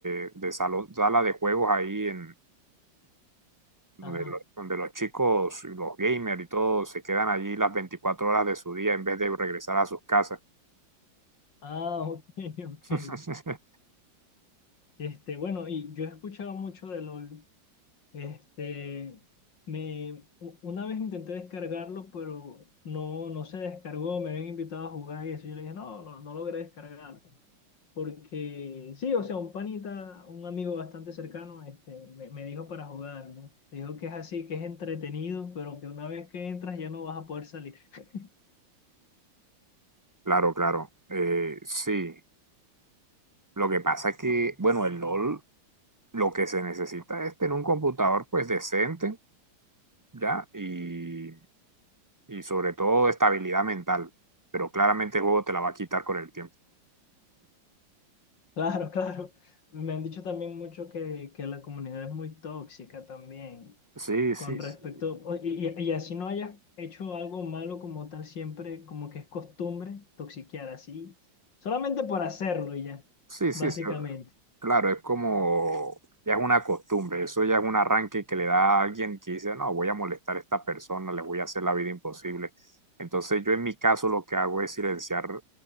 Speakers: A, on the right; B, on the left.
A: eh, de salón, sala de juegos ahí en donde,
B: <laughs> Ajá.
A: lo- donde los chicos, y los gamers y todo, se quedan allí las 24 horas de su día en vez de regresar a sus casas.
B: Ah, ok, <laughs> ok.
A: <laughs>
B: Este, bueno, y yo he escuchado mucho de LOL. Este, me, u- una vez intenté descargarlo, pero no, no se descargó. Me habían invitado a jugar y eso. Yo le dije, no, no, no logré descargarlo. Porque sí, o sea, un panita, un amigo bastante cercano, este, me, me dijo para jugar, ¿no? Me dijo que es así, que es entretenido, pero que una vez que entras ya no vas a poder salir. <laughs>
A: Claro, claro. Eh, sí. Lo que pasa es que, bueno, el LOL lo que se necesita es tener un computador pues decente, ¿ya? Y, y sobre todo estabilidad mental. Pero claramente el juego te la va a quitar con el tiempo.
B: Claro, claro. Me han dicho también mucho que, que la comunidad es muy tóxica también,
A: Sí,
B: con
A: sí,
B: respecto,
A: sí.
B: o- y, y- y así no hayas hecho algo malo como tal, siempre como que es costumbre toxiquear así, solamente por hacerlo y ya,
A: Sí, sí,
B: básicamente.
A: sí. Claro, es como, ya es una costumbre, eso ya es un arranque que le da a alguien que dice, no, voy a molestar a esta persona, le voy a hacer la vida imposible. Entonces yo en mi caso lo que hago es silenciar